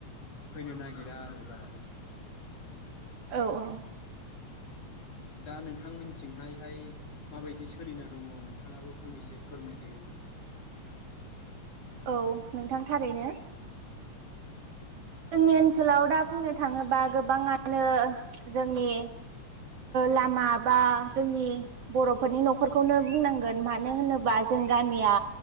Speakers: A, on the left; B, on the right.
A: फैनो नागिरा आरो बारा
B: औ औ
A: दा नोंथांमोनथिंहायहाय माबायदि सोलिना दङ नोंथाङाबो फंनैसो फोरमायदो
B: औ नोंथां थारैनो जोंनि ओनसोलाव दा बुंनो थाङोबा गोबाङानो जोंनि लामा बा जोंनि बर'फोरनि न'खरखौनो बुंनांगोन मानो होनोबा जों गामिया